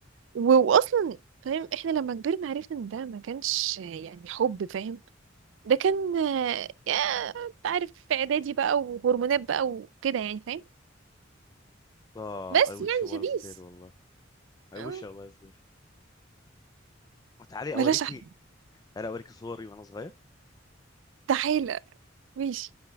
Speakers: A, on the right; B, on the left.
A: و- واصلا فاهم احنا لما كبرنا عرفنا ان ده ما كانش يعني حب فاهم ده كان آه، يا انت عارف في اعدادي بقى وهرمونات بقى وكده يعني فاهم
B: اه
A: بس
B: I wish
A: يعني
B: I was
A: شبيس
B: there والله I
A: اه
B: wish I was there وتعالي
A: بلاش
B: اوريكي
A: أح-
B: انا اوريكي صوري وانا صغير
A: تعالى ماشي